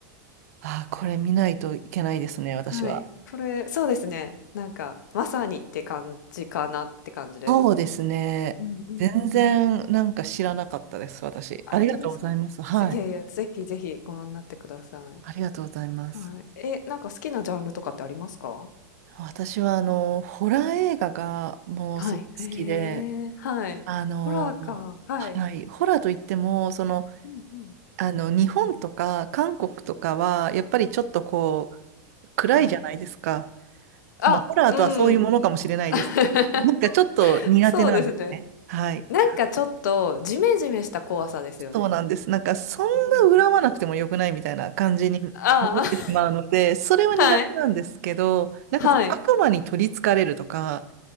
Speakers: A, on the right; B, on the left.
A: あー、これ見ないといけないですね、私は。
B: はい。これ、そうですね。なんか、まさにって感じかなって感じです。
A: そうですね。
B: うんうんうん。
A: 全然なんか知らなかったです、私。
B: あ、
A: ありがとうございます。
B: 本当ですかぜいやいや、
A: はい。
B: ぜひぜひご覧になってください。
A: ありがとうございます。
B: はい。え、なんか好きなジャンルとかってありますか
A: 私はあの、ホラー映画がもうすごく好きで、
B: はい。へえ、はい。
A: あの、
B: ホラーか。はい。
A: はい、ホラーといっても、その、
B: うんうん。
A: あの、日本とか韓国とかは、やっぱりちょっとこう、暗いじゃないですか。
B: はい。あ、
A: まあ、ホラーとはそういうものかもしれないですね。
B: うん。<laughs>
A: なんかちょっと苦手なんですね。
B: そうですね。
A: はい。
B: なんかちょっとジメジメした怖さですよね。
A: あそうなんです。なんかそんな恨まなくてもよくないみたいな感じに思ってしまうので、
B: うんうんうん。あ
A: それは苦手なんですけど、
B: あ、<laughs> はい。
A: なんかその悪魔に取り憑かれるとか、
B: はい。